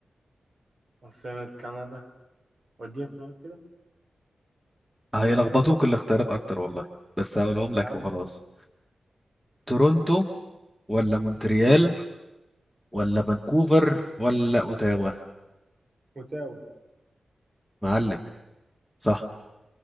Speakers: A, on the right; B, in the centre.
A: عاصمة كندا واديني اختيارات كده
B: هيلخبطوك الاختيارات أكتر والله بس هقولهم لك
A: يا عم
B: وخلاص تورونتو ولا مونتريال ولا فانكوفر ولا أوتاوا
A: اوتاوا
B: معلم صح